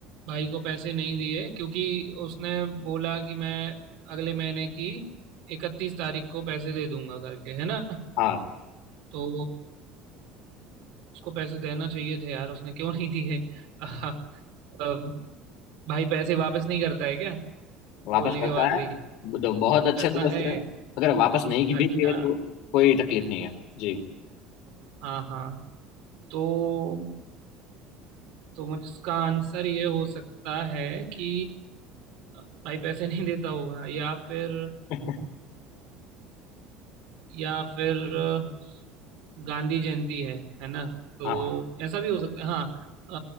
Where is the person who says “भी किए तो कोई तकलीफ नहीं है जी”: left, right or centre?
Left